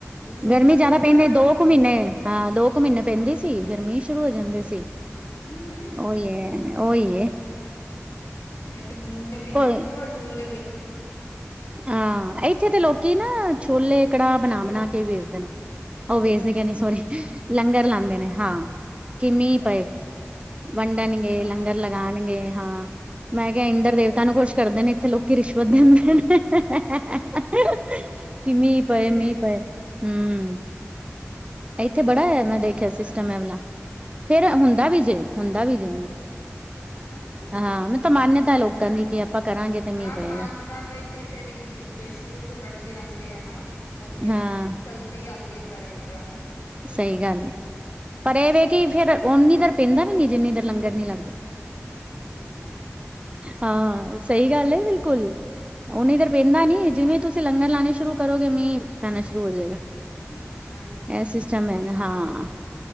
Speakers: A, on the left; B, on the right.
A: ਜੂਨ
B: ਗਰਮੀ
A: ਤੱਕ
B: ਜਿਆਦਾ
A: ਪੂਰਾ
B: ਪੈਂਦੀ ਹੈ ਦੋ ਕੁ ਮਹੀਨੇ ਹਾਂ ਦੋ ਕੁ ਮਹੀਨੇ ਪੈਂਦੇ ਸੀ ਫਿਰ ਮੀਂਹ ਸ਼ੁਰੂ ਹੋ ਜਾਂਦੇ ਸੀ
A: ਹਮ
B: ਉਹੀ ਹੈ ਉਹੀ
A: ਇਹ ਤੇ ਜੂਨ ਦੇ ਮਹੀਨੇ
B: ਕੋਈ
A: ਪੂਰਾ ਜੂਨ ਦੇ ਮਹੀਨੇ
B: ਹਾਂ ਇੱਥੇ ਤਾਂ ਲੋਕੀ ਨਾ ਛੋਲੇ ਕੜਾਹ ਬਣਾ-ਬਣਾ ਕੇ ਵੇਚਦੇ ਨੇ ਉਹ ਵੇਚ ਕਹਦੀ ਸੋਰੀ
A: ਅੱ
B: ਲੰਗਰ ਲਾਉਂਦੇ ਨੇ ਹਾਂ ਕਿ ਮੀਹੰ ਪਏ ਵੰਡਣਗੇ
A: ਅੱਛਾ,
B: ਲੰਗਰ ਲਗਾਨਗੇ ਹਾਂ ਮੈਂ ਕਿਹਾ
A: ਅੱਛਾ
B: ਇੰਦਰ
A: ਜੀ।
B: ਦੇਵਤਾ ਨ ਨੂੰ ਖੁਸ਼ ਕਰਦੇ ਨੇ ਇੱਥੇ ਲੋਕੀ ਰਿਸ਼ਵਤ ਦਿੰਦੇ ਨੇ ਕਿ, ਮੀਂ
A: ਸਹੀ
B: ਪਏ-ਮੀਂ
A: ਹੈ,
B: ਪਏ ਹੂੰ,
A: ਹਾਂ,
B: ਇੱਥੇ ਬੜਾ ਐ। ਮੈਂ ਦੇਖਿਆ ਸਿਸਟਮ ਏ ਵਾਲਾ ਫਿਰ
A: ਅੱਛਾ,
B: ਹੁੰਦਾ ਵੀ ਜੇ, ਹੁੰਦਾ ਵੀ ਜੇ
A: ਅੱਛਾ।
B: ਹਾਂ ਮ ਤਾਂ ਮਾਨਤਾ ਹੈ ਲੋਕਾਂ ਦੀ ਕਿ ਆਪਾਂ ਕਰਾਂਗੇ ਤੇ
A: ਹਾਂ,
B: ਮੀਂਹ ਪਏਗਾ
A: ਮਾਨਤਾ ਬਈ ਕਿਸੇ ਦੀ ਕਿਸੇ ਬਈ ਸ਼ੁਰੂ ਤੋਂ ਕਰਦੇ ਆਂਦੇ ਆ ਨਾ ਉਹ ਫੇਰ
B: ਹਾਂ
A: ਚੱਲਦੀ ਆਉਂਦੀ ਪਰੰ ਕਰ
B: ਸਹੀ ਗੱਲ ਹੈ ਪਰ ਇਹ ਵੇ ਕਿ ਫਿਰ ਉਨੀ ਦੇਰ ਪੈਂਦਾ ਵੀ ਨੀ ਜਿੰਨੀ ਦੇਰ ਲੰਗਰ ਨੀ ਲੱਗਦਾ
A: ਅੱਛਾ।
B: ਹਾਂ ਸਹੀ ਗੱਲ ਹੈ ਬਿਲਕੁਲ ਉਹ ਨਧਰ ਪੈਇੰਦਾ ਨੀ ਜਿਵੇਂ ਤੁਸੀਂ ਲੰਗਰ ਲਾਣੇ ਸ਼ੁਰੂ ਕਰੋਗੇ ਮੀਂਹ ਪੈਣਾ ਸ਼ੁਰੂ ਹੋ ਜਾਏਗਾ
A: ਉ ਅੱਛਾ
B: ਇਹ ਸਿਸਟਮ ਹੈਗਾ ਹਾਂ